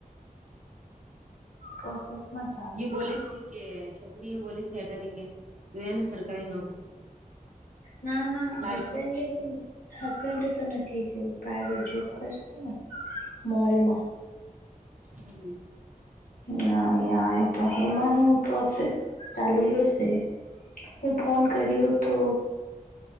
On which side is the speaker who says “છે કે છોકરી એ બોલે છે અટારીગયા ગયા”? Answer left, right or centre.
Right